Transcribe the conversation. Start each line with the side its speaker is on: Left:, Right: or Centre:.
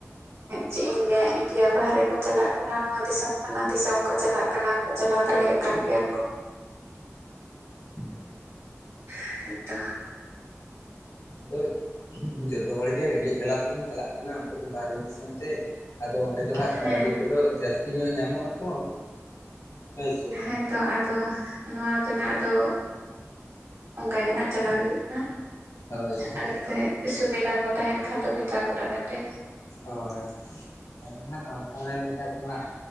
Right: ᱪᱮᱫ ᱤᱧ ᱞᱟᱹᱭᱟ ᱤᱱᱰᱤᱭᱟ ᱵᱟᱦᱨᱮ ᱠᱚ ᱪᱟᱞᱟᱜ ᱦᱟᱱᱟ ᱱᱚᱣᱟ ᱫᱤᱥᱚᱢ ᱦᱟᱱᱟ ᱫᱤᱥᱚᱢ ᱠᱚ ᱪᱟᱞᱟᱜ ᱠᱟᱱᱟ ᱠᱚ ᱪᱟᱞᱟᱣ ᱫᱟᱲᱮᱭᱟᱜ
Left: ᱦᱳᱭ
Right: ᱠᱟᱱ ᱜᱮᱭᱟ ᱠᱚ
Left: <unintelligible>
Right: ᱦᱮᱸ ᱛᱚ
Left: ᱟᱫᱚ ᱡᱚᱛᱚ ᱦᱚᱲ ᱜᱮ ᱨᱮᱸᱜᱮᱡ ᱡᱟᱞᱟ ᱛᱮᱵᱚᱱ ᱪᱟᱞᱟᱜ ᱠᱟᱱᱟ ᱩᱱᱠᱩ ᱫᱚ ᱵᱟᱦᱨᱮ ᱫᱤᱥᱚᱢ ᱛᱮ ᱟᱫᱚ ᱚᱸᱰᱮ ᱫᱚ ᱦᱟᱸᱜ
Right: ᱦᱮᱸ
Left: ᱠᱟᱹᱣᱰᱤ ᱠᱚᱫᱚ ᱡᱟᱹᱥᱛᱤ ᱧᱚᱜ ᱧᱟᱢᱚᱜ-ᱟ ᱛᱚ ᱦᱳᱭ ᱥᱮ ᱵᱟᱝ
Right: ᱦᱮᱸᱛᱚ ᱟᱫᱚ ᱱᱚᱣᱟ ᱛᱮᱱᱟᱜ ᱫᱚ ᱚᱱᱠᱟ ᱜᱮ ᱱᱟᱜ ᱪᱟᱞᱟᱣ ᱤᱫᱤᱜ ᱠᱟᱱᱟ
Left: ᱦᱳᱭ ᱦᱳᱭ
Right: ᱟᱨ ᱥᱩᱵᱤᱫᱟ ᱠᱚ ᱛᱟᱦᱮᱸᱱ ᱠᱷᱟᱱ ᱫᱚ ᱵᱷᱮᱡᱟ ᱜᱚᱫ ᱟᱞᱮ ᱯᱮ
Left: ᱦᱳᱭ ᱟᱫᱚ ᱦᱟᱜ ᱚᱱᱠᱟ ᱢᱮᱱ ᱞᱮᱠᱷᱟᱱ ᱫᱚ ᱦᱟᱸᱜ